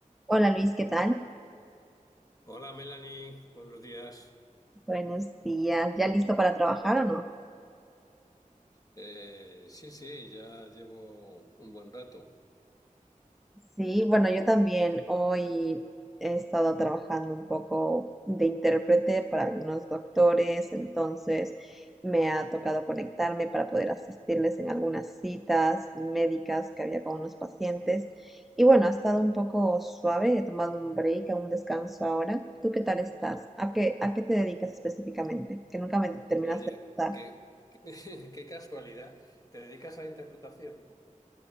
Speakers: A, in the centre; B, on the left.
A: Hola Luis, ¿qué tal?
B: Hola Melanie, buenos días.
A: Buenos días. ¿Ya listo para trabajar o no?
B: Eh, sí, sí, ya llevo un buen rato.
A: Sí, bueno, yo también hoy he estado trabajando un poco de intérprete para algunos doctores, entonces me ha tocado conectarme para poder asistirles en algunas citas médicas que había con unos pacientes. Y bueno, ha estado un poco suave, he tomado un break, un descanso ahora. ¿Tú qué tal estás? ¿A qué, a qué te dedicas específicamente? Que nunca me terminaste
B: Oye,
A: de contar.
B: qué, <laughs> qué casualidad. ¿Te dedicas a la interpretación?